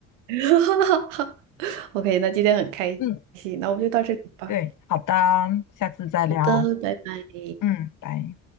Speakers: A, on the right; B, on the left.
A: <laughs> OK，那今天很开心，
B: 嗯，
A: 那我们就到这里吧。
B: 对，好的，下次再聊。
A: 好的，拜拜。
B: 嗯，拜。